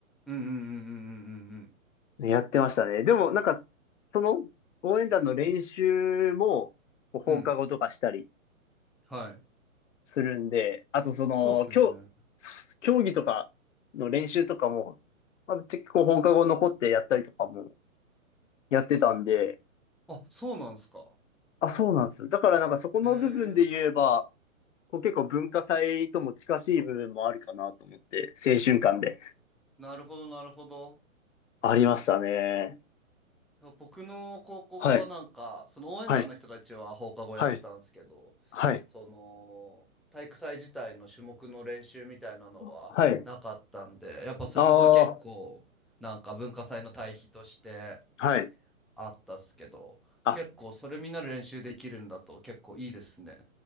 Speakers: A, in the centre; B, on the left (about 60°).
A: うんうんうんうんうんうんうん
B: やってましたね。でもなんか、その応援団の練習もこう放課後とかしたり
A: うんうんはい。
B: するんで、あとその、
A: そうっすよね。
B: 競、競技とかの練習とかも、まあ、結構放課後残ってやったりとかもやってたんで、
A: あ、そうなんすか。
B: あ、そうなんですよ。だからなんかそこの部分で言えば、
A: へえ。
B: こう結構文化祭とも近しい部分もあるかなと思って、青春感で。
A: なるほど、なるほど。
B: ありましたね。
A: 僕の高校はなんか、
B: はい。
A: その応援団の人たちは放課後やってたんですけど、
B: はい。はい。はい。
A: その体育祭自体の種目の練習みたいなのはなかったんで、
B: はい。
A: やっぱそこが結構なんか文化祭の対比として
B: ああはい。
A: あったっすけど、
B: あ。
A: 結構それみんなで練習できるんだと結構いいですね。